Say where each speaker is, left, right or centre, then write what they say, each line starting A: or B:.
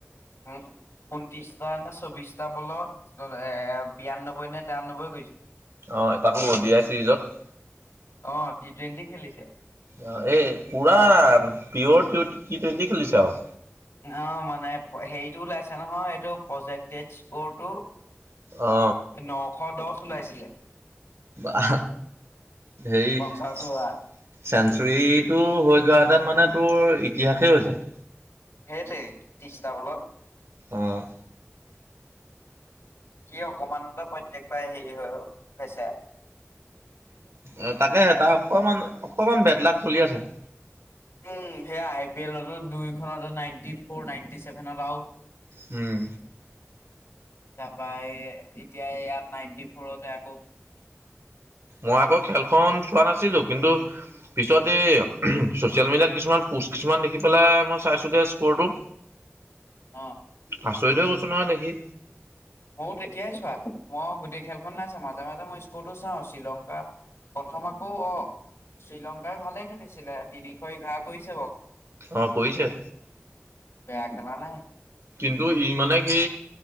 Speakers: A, on the left (about 60°); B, on the right (about 65°).
A: উ ঊনত্ৰিশটা নে চৌবিশটা বলত এ বিৰান্নব্বৈ নে তিৰান্নব্বৈ কৰিছে।
B: অঁ তাকো দিয়াই ছিৰিজত।
A: অ টি টুৱেণ্টি খেলিছে।
B: অ এই পুৰা পিয়ৰ টৰ টি টুৱেণ্টি খেলিছে আৰু।
A: অ মানে হেৰিতটো ওলাইছে নহয় এইটো প্ৰজেক্ট স্কৰটো।
B: অ।
A: নশ দহ ওলাইছিলে।
B: বা ধেৰি
A: পঞ্চাশ
B: চেঞ্চুৰীটো
A: অভাৰ
B: হৈ যোৱাতেত মানে তোৰ ইতিহাসেই হৈ যায়।
A: সেইটোৱে ত্ৰিছটা বলত।
B: অঁ'।
A: সি অকমানতে প্ৰত্যয়েকবাৰেই হেৰি হৈও হৈছে।
B: উ তাকে তাৰ অকমান অকমান বেড লাগ চলি আছে।
A: উম সেইয়া আই পি এলতো দুইখনত নাইনটি ফ'ৰ নাইনটি চছেভেনত আউট
B: উম।
A: তাৰপৰা এতিয়া ইয়াত নাইনটি ফৰতে আকৌ
B: মই আকৌ খেলখন চোৱা নাছিলো। কিন্তু পিছত এই চচিয়েল মিডিয়াত কিছুমান পোষ্ট কিছুমান দেখি পেলাই মই চাইছোগে স্কৰটো। হয়।
A: অঁ'।
B: আচৰিত হৈ কৈছো নহয় দেখি।
A: ময়ো তেতিয়াই চোৱা। মই গোটেই খেলখন নাই চোৱা। মাজত মাজে মাজে মই স্কুৰটো চাওঁ শ্ৰীলংকা। প্ৰথম আকৌ অ শ্ৰীলংকাৰই ভালে খেদিছিলে তিনিশ এঘাৰ কৰিছে বাৰু।
B: অ কৰিছৈ।
A: বেয়া খেলা নাই।
B: কিন্তু ই মানে কি